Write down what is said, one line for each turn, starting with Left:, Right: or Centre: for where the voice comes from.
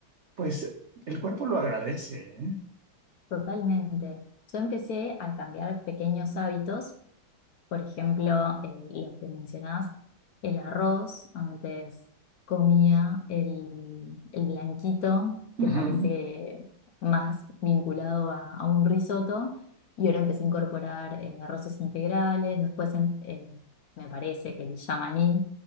Right: pues el cuerpo lo agradece, ¿eh?
Left: <laughs> totalmente. Yo empecé a cambiar pequeños hábitos Por ejemplo, eh, lo que mencionabas, el arroz, antes comía el, el blanquito,
Right: Ujú.
Left: que parece más vinculado a, a un risotto, y ahora empecé a incorporar eh, arroces integrales, después en- eh, me parece que el yamaní